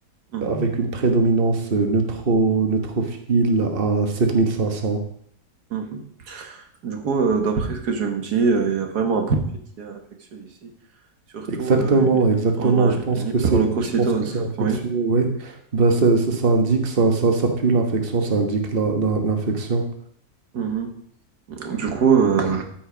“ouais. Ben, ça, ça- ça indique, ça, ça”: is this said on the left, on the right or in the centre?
Right